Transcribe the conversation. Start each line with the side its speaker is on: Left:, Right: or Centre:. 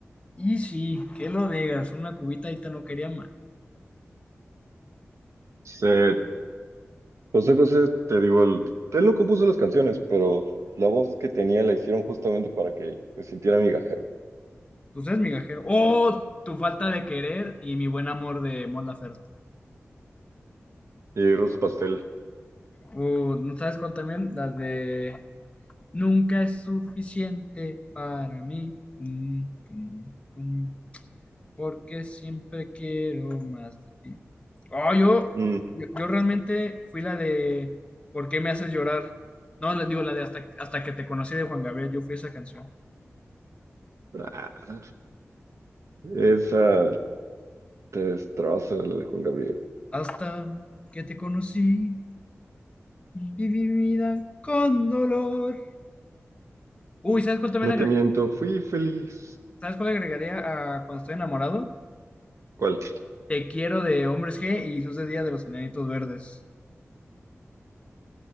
Left: Y sí, que lo digas, una cubita ahorita no quería más.
Right: Se... José José, te digo, el... él no compuso las canciones, pero la voz que tenía la hicieron justamente para que me sintiera migajero.
Left: Pues es migajero. ¡Oh! Tu falta de querer y mi buen amor de Mon Laferte.
Right: Y Ruso Pastel.
Left: Uh, ¿no sabes cuál también? La de Nunca es suficiente para mí, pum, pum, pum, porque siempre quiero más de ti. Oh, yo,
Right: Ujú.
Left: yo, yo realmente fui la de ¿Por qué me haces llorar? No, les digo la de hasta, hasta que te conocí de Juan Gabriel, yo fui esa canción.
Right: Ah, esa te destroza, la de Juan Gabriel.
Left: Hasta que te conocí, viví mi vida con dolor. Uy, ¿sabes cuál también
Right: No
Left: agregaría?
Right: te miento, fui feliz.
Left: ¿Sabes cuál agregaría a cuando estoy enamorado?
Right: ¿Cuál?
Left: Te quiero de Hombres G y Luz de Día de los Enanitos Verdes.